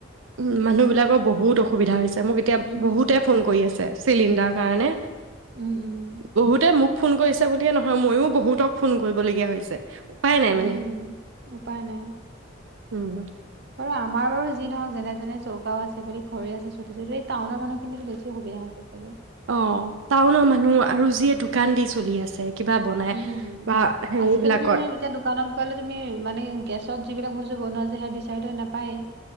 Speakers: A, on the right (about 80°); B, on the right (about 60°).
A: উ, মানুহ বিলাকৰ বহুত অসুবিধা হৈছে। মোক এতিয়া
B: উম
A: বহুতে ফোন কৰি আছে চিলিণ্ডাৰ। মানে?
B: উম উম
A: বহুতে মোক ফোন কৰিছে বুলিয়ে নহয় ময়ো বহুতক ফোন কৰিবলগীয়া হৈছে। উপায় নাই মানে
B: উম উপায় নাই।
A: অ'।
B: বাৰু আমাৰ বাৰু যি নহওক যেনে-যেনে চৌকাও আছে বুলি ঘৰি আছে চুটি এই টাউনৰ মানুহখিনিক বেছি সুবিধা হৈছে চাগে?
A: অ', টাউনৰ মানুহ আৰু যিয়ে দোকান দি চলি আছে। কিবা বনাই
B: উম'
A: বা হেৰিবিলাকত
B: আজিকালিতো এনেই এতিয়া দোকানত গলে তুমি মানে গেচ ত', যিবিলাক বস্তু বনোৱা য সে বিচাৰিলে নাপায়েই।